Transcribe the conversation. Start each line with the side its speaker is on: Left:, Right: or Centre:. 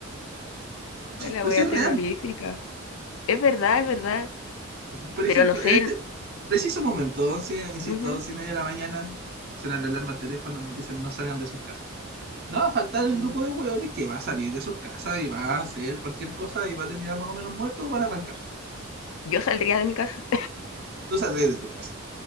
Left: <laughs> Puta, La
Right: Pero
Left: wea
Right: sí es
Left: terrorífica.
Right: real.
Left: Es verdad, es verdad.
Right: Por
Left: pero
Right: ejemplo,
Left: no sé,
Right: en este preciso momento, 11 insisto,
Left: ujú,
Right: 11 y media de la mañana, suena la alarma al teléfono, nos dicen no salgan de sus casas. No va a faltar el
Left: mm,
Right: grupo de hueones que va a salir de sus casas y va a hacer cualquier cosa y va a terminar más o menos muerto o van a arrancar.
Left: yo saldría de mi casa.
Right: Tú sales de tu casa,